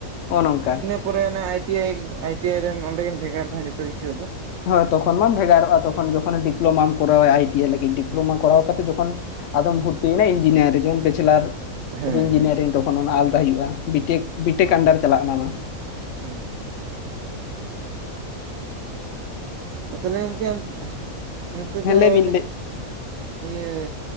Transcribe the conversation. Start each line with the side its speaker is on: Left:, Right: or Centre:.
Left: ᱚᱸᱱᱚᱝᱠᱟ
Right: ᱛᱟᱨᱯᱚᱨᱮ ᱟᱱᱮ I T I I T I ᱨᱮ ᱚᱸᱰᱜᱮ ᱵᱷᱮᱜᱟᱨ ᱫᱚ ᱡᱷᱚᱛᱚ ᱠᱤᱪᱩ ᱟ ᱫᱚ
Left: ᱦᱳᱸ ᱛᱚᱠᱷᱚᱱ ᱢᱟᱢ ᱵᱷᱮᱜᱟᱨᱚᱜᱼᱟ ᱛᱚᱠᱷᱚᱱ ᱡᱚᱠᱷᱚᱱ ᱰᱤᱯᱞᱳᱢᱟᱢ ᱠᱚᱨᱟᱣᱟ ᱟᱭᱴᱤ ᱟᱭᱤ ᱞᱟᱜᱤᱫ ᱰᱤᱯᱞᱳᱢᱟ ᱠᱚᱟᱣ ᱠᱟᱛᱮ ᱡᱚᱠᱷᱱ ᱟᱫᱚᱢ ᱵᱷᱚᱨᱛᱤᱭᱮᱱᱟ ᱤᱧᱡᱤᱱᱤᱭᱟᱨ ᱡᱮᱢᱚᱱ ᱵᱮᱪᱮᱞᱟᱨ
Right: ᱦᱮᱸ
Left: ᱤᱧᱡᱤᱱᱤᱭᱟᱨᱤᱝ
Right: ᱦᱮᱸ
Left: ᱫᱚ ᱛᱚᱠᱷᱚᱱ ᱚᱱᱟ ᱟᱞᱟᱫᱟ ᱦᱩᱭᱩᱜᱼᱟ ᱵᱤᱴᱮᱠ ᱵᱤᱴᱮᱠ ᱟᱱᱰᱟᱨ ᱨᱮ ᱪᱟᱞᱟᱜᱼᱟ ᱚᱱᱟ ᱢᱟ
Right: ᱦᱮᱸ ᱛᱟᱦᱚᱞᱮ ᱜᱚᱝᱠᱮ ᱚᱱᱛᱮ
Left: ᱦᱮᱸ
Right: ᱫᱚ
Left: ᱞᱟᱹᱭ
Right: <inaudible>
Left: ᱵᱤᱱ ᱞᱟᱹᱭ
Right: ᱱᱤᱭᱟᱹ